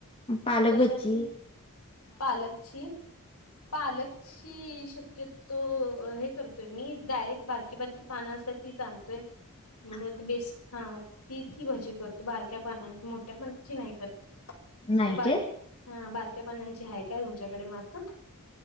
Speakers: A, on the left (about 25°); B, on the left (about 85°).
A: पालक
B: कशाची
A: भजी.
B: पालकची, पालक शी शक्यतो हे करतोय मी, डायरेक्ट बारकी, बारकी पानं असतात तीच आणतोय.
A: <inaudible>
B: मग ते बेस हा ती, ती भाजी करतो बारक्या पानाची, मोठ्या पानाची नाही करत.
A: नाही
B: व बारक
A: काय
B: हा बारक्या पानांची आहे काय तुमच्याकडे म आता?